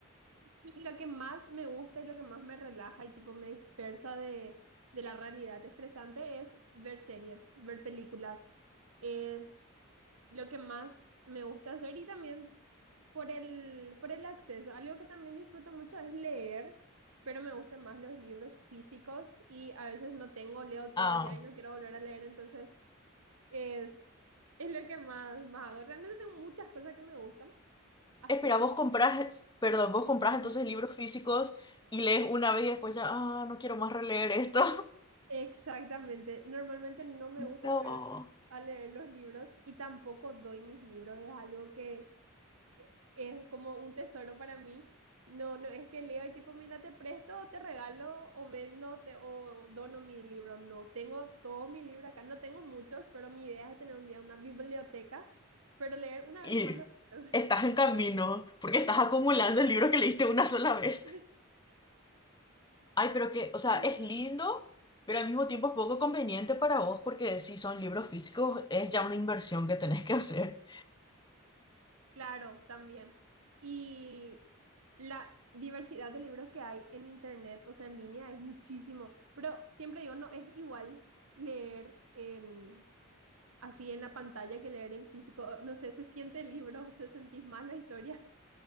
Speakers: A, on the right (about 85°); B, on the left (about 20°).
A: Y lo que más me gusta y lo que más me relaja y tipo me dispersa de, de la realidad estresante es ver series, ver películas. Es lo que más me gusta hacer y también por el, por el acceso. Algo que también disfruto mucho es leer, pero me gustan más los libros físicos y a veces no tengo, leo todo
B: Ah,
A: ya y no quiero volver a leer, entonces... Es, es lo que más, más hago. Realmente tengo muchas cosas que me gustan hacer.
B: Espera, vos comprás, perdón, vos comprás
A: Mm.
B: entonces libros físicos y lees una vez y después ya, ah, no quiero más releer esto.
A: Exactamente. Normalmente no
B: <laughs>
A: me gusta
B: No.
A: volver a, a leer los libros y tampoco doy mis libros. Es algo que eh, es como un tesoro para mí. No, no es que leo y tipo, mira, te presto, te regalo o vendo te, o dono mi libro. No, tengo todos mis libros acá. No tengo muchos, pero mi idea es tener un día una biblioteca, pero leer una
B: Y
A: vez nomás los libros.
B: estás en camino porque estás acumulando el libro que leíste una sola vez.
A: <laughs>
B: Ay, pero que, o sea,
A: Sí.
B: es lindo, pero al mismo tiempo es poco conveniente para vos porque si son libros físicos es ya una inversión que tenés que hacer.
A: Claro, también. Y la diversidad de libros que hay en internet, o sea, en línea, es muchísimo. Pero siempre digo, no es igual leer en así en la pantalla que leer en físico. No sé, se siente el libro, se sentís más la historia. <laughs>